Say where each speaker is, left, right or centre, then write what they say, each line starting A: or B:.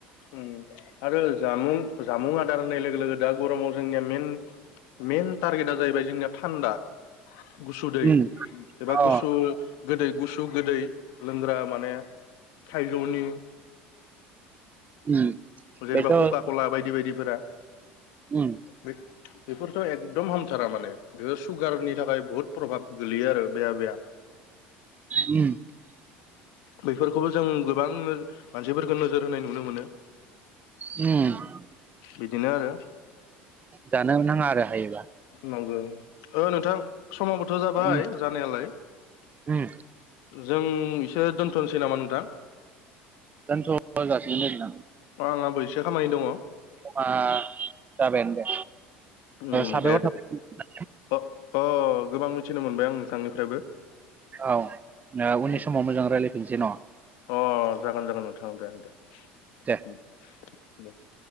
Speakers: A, on the left; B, on the right.
A: उम आरो जामुं जामुं आदार होननाय लोगो लोगो दा गरमाव जोंनिया मेन मेइन टारगेटा जाहैबाय जोंनिया थान्दा गुसु दै
B: उम
A: एबा
B: अ
A: गुसु गोदै गुसु गोदै लोंग्रा माने थाइजौनि
B: उम
A: जेनेबा
B: बेथ' उम
A: का कला बायदि बायदिफोरा
B: उम
A: बे बेफोरथ एकदम हामथारा माने बेफोर सुगारनि थाखाय बहुद प्रभाब गोलैयो आरो बेहा बे
B: उम
A: बेफोरखौबो जों गोबां मानसिफोरखौ नोजोर होनाय नुनो मोनो
B: <unintelligible> उम
A: बिदिनो आरो
B: जानो नोंथाङा आरो हाय
A: मावगोन ओ नोंथां समाबोथ जाबाय
B: उम
A: जानायालाय
B: उम
A: जों इसे दोनथनोसै नामा नोंथां
B: जोंथ <unintelligible> दं
A: अ आंहाबो एसे खामानि दङ
B: मा जाबायानो दे
A: उम
B: साबायखर
A: दे दे
B: थाबाय
A: अ अ गोबां मिथिनो मोनबाय आं नोंथांनिफ्रायबो
B: औ ओ उननि
A: उम
B: समाव मोजां रायलायफिनसै न
A: अ जागोन जागोन नोंथां दे दे
B: <unintelligible>
A: <inaudible>